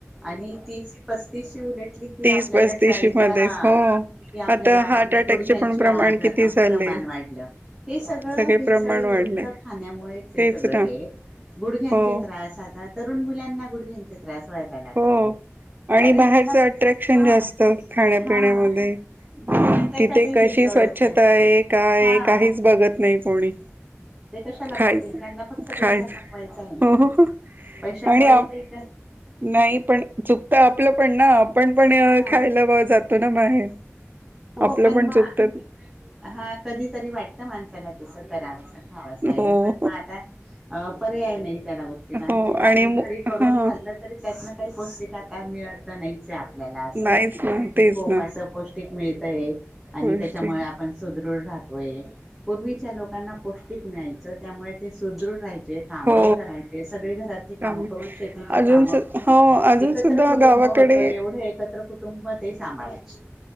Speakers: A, in the centre; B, on the right.
A: आणि तीसी पस्तीसची उलटली कि
B: तीस
A: आपल्याला
B: पस्तीशी
A: चाळीस
B: मध्येच
A: हा.
B: हो
A: का आपल्याला
B: आता हार्ट अटॅकचे
A: गुडघ्यांचे
B: पण प्रमाण
A: आजार
B: किती झाले
A: प्रमाण वाढलं हे सगळं
B: सगळे
A: भेसळ
B: प्रमाण
A: युक्त.
B: वाढले
A: खन्यामुळे
B: तेच
A: सग
B: ना
A: हे गुडघ्यांचे
B: हो
A: त्रास आता तरुण मुलांना गुडघ्यांचे त्रास. वयला लागलेले.
B: हो आणि
A: कारण
B: बाहेरचं
A: त्यांना
B: अट्रॅक्शन
A: हा
B: जास्त खाण्यापिण्यामध्ये.
A: हा हम्म त्याच्यातही
B: तिथे कशी
A: भेसळच
B: स्वच्छता आहे काय
A: हा
B: काहीच बघत नाही कोणी.
A: ते कशाला
B: खाय
A: बघतील त्यांना फक्त
B: खायच
A: पैसा कपवायचा आहे ना
B: हो हो
A: पैशामुळे
B: आणि आप
A: ते तर.
B: नाही पण चुकत आपलं पण ना आपण पण
A: हा
B: खायला जातो ना बाहेर.
A: हो
B: आपलं पण
A: मग
B: चुकतात.
A: हा कधीतरी वाटतं माणसाला तस करावंसं खावसं आहे
B: हो
A: पण म आता. अ पर्याय नाही त्या गोष्टीला
B: हो
A: जे आपण
B: आणि
A: घरी. करून
B: हा
A: खाल्लं तरी त्यातन काही पौष्टिक आता मिळत नाहीच आप''--'' त्याला अस
B: नाहीच ना
A: की
B: तेच
A: खप
B: ना
A: पौष्टिक मिळतय आणि
B: गोष्टी
A: त्याच्यामुळे आप ''--'' पण सुदृढ राहतोय पूर्वीच्या लोकांना पौष्टिक मिळायचं त्यामुळे तेदृहाय जायचे. चे कामही
B: हो
A: करायचे सगळी घरातली कामं
B: कामे
A: करून शेतीची
B: अजून
A: कामं.
B: सु हो अजून
A: एकत्र
B: सुद्धा
A: कुटुंब
B: गावाकडे
A: होतं एवढे एकत्र कुटुंब तेही सांभाळायचे.